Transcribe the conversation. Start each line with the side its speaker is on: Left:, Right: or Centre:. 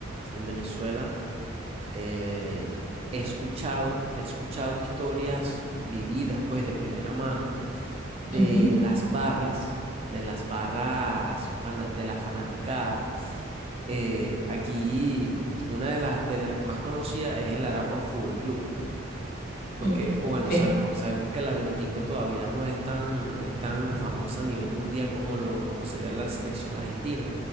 Right: en Venezuela, eh, he escuchado, he escuchado historias vividas, pues, de primera mano, de
Left: Ujú,
Right: las barras, de las barras fana- de la fanaticada. Eh, aquí una de las de las más conocidas es el Aragua Fútbol Club. Porque,
Left: mm,
Right: o bueno,
Left: Sí,
Right: sabemos, sabemos que la Vinotinto todavía no es tan, no es tan famosa a nivel mundial como, lo, como sería la selección argentina.